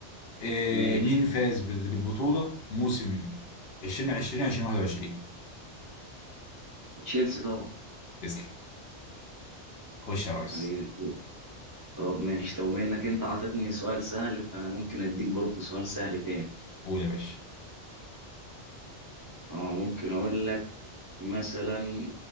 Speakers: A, on the left; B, on the right.
A: آه،
B: ماشي
A: مين فاز بال- بالبطولة موسم 2020 2021
B: تشيلسي طبعا
A: تسلم خش يا ريس
B: حبيبي طب ماشي طب بما انك انت عطيتني سؤال سهل فانا ممكن اديك برضه سؤال سهل تاني
A: قول يا باشا
B: اه ممكن اقول لك مثلا